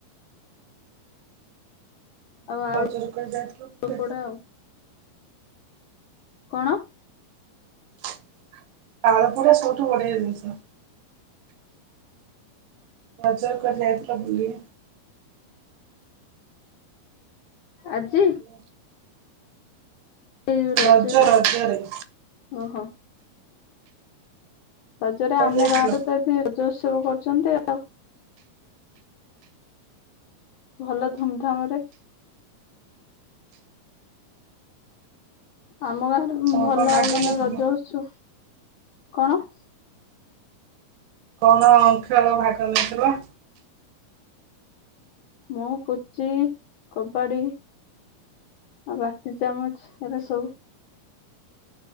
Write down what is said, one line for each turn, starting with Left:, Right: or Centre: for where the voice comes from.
Right: <unintelligible>
Left: ଆଉ ଆଳୁ ପୋଡା ଆଉ କଣ?
Right: ତାଳ ବରା ସବୁଠୁ ବଢିଆ ଜିନିଷ। ଅଜା କୁଆଡେ ଯାଇଥିଲ ବୁଲିଏ?
Left: ଆଜି?
Right: ହେଲୋ।
Left: ଏଇ ରଜରେ
Right: ରଜ ରଜରେ
Left: ଓହୋ। ରଜରେ
Right: କୁଆଡେ
Left: ଆମ
Right: ଯାଇଥିଲ?
Left: ଗାଁ ରେ ତ ଏଠି ରଜ ଉତ୍ସବ କରୁଛନ୍ତି ଆଉ ଭଲ ଧୁମଧାମ ରେ। ଆମ ଗାଁରେ
Right: କଣ
Left: ଭଲ
Right: କଣ ଭାଗ
Left: ମାନେ
Right: ନେଇଥିଲ?
Left: ରଜ ଉତ୍ସବ କଣ?
Right: କଣ ଖେଳ ଭାଗ ନେଇଥିଲ?
Left: ମୁଁ ପୁଚି କବାଡ଼ି ଆ ବାଟି ଚାମଚ ଏରା ସବୁ